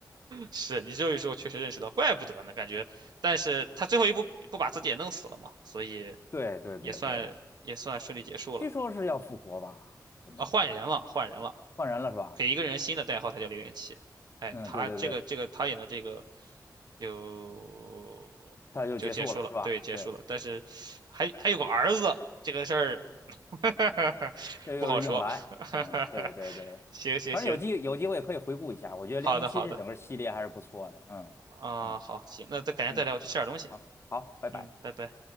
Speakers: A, on the right; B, on the left.
A: 是你这一说，确实认识到，怪不得呢，感觉。但是他最后一步不把自己也弄死了嘛，所以
B: 对对对对，
A: 也算也算顺利结束了
B: 据说是要复活吧，怎么也是要
A: 啊，换人了，换人了，
B: 换人了是吧？
A: 给一个人新的代号，他叫零零七。哎，
B: 嗯，
A: 他这个这个他演的这个
B: 对对对，
A: 就就结束了，
B: 他就结束了是吧？
A: 对，结束了。
B: 对。
A: 但是还还有个儿子，这个事儿 <laughs>
B: 这又是硬来，
A: 不好说。
B: 嗯，对对对，
A: <laughs> 行行行，
B: 反正有机有机会可以回顾一下，我觉得《零零七》这整个系列还是不错的，
A: 好的好的
B: 嗯嗯
A: 啊，好行，那再改天再聊，
B: 嗯，
A: 我去吃点东西。
B: 好，好，拜拜。
A: 嗯，拜拜。